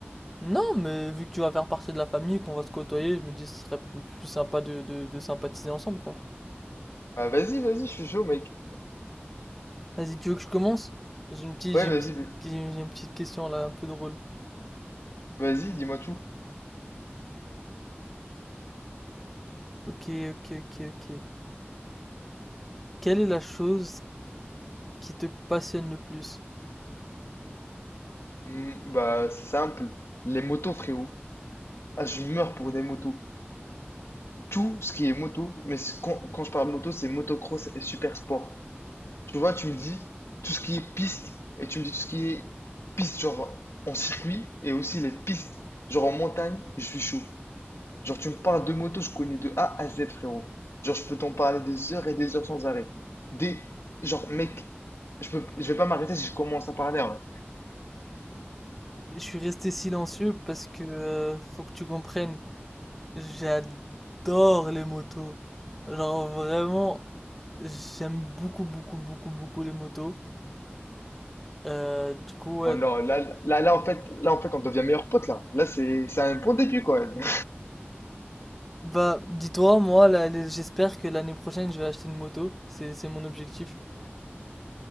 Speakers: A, in the centre; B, on the left (about 85°).
A: Non, mais vu que tu vas faire partie de la famille, qu'on va se côtoyer, je me dis ce serait plus sympa de, de, de sympathiser ensemble, quoi.
B: Ah vas-y, vas-y, je suis chaud, mec.
A: Vas-y, tu veux que je commence? J'ai une petite,
B: Ouais,
A: j'ai
B: vas-y,
A: une petite,
B: vas-
A: j'ai une petite question là, un peu drôle.
B: vas-y, dis-moi tout.
A: Ok, ok, ok, ok. Quelle est la chose qui te passionne le plus?
B: Hmm, bah, c'est simple. Les motos, frérot. Ah, je meurs pour des motos. tout ce qui est moto, mais c- quand, quand je parle moto, c'est motocross et super sport. Tu vois, tu me dis tout ce qui est piste et tu me dis tout ce qui est piste, genre en circuit et aussi les pistes, genre en montagne, je suis chaud. Genre, tu me parles de moto, je connais de A à Z, frérot. Genre, je peux t'en parler des heures et des heures sans arrêt. Des, genre, mec, je peux, je vais pas m'arrêter si je commence à parler. hein.
A: Je suis resté silencieux parce que euh, faut que tu comprennes, j'adore les motos. Genre vraiment, j'aime beaucoup, beaucoup, beaucoup, beaucoup les motos. Euh, du coup, ouais.
B: Oh non, là, là, là, en fait, là, en fait, on devient meilleurs potes là. Là, c'est, c'est un bon début, quand même. <laughs>
A: Bah, dis-toi, moi, là, les- j'espère que l'année prochaine, je vais acheter une moto. C'est, c'est mon objectif.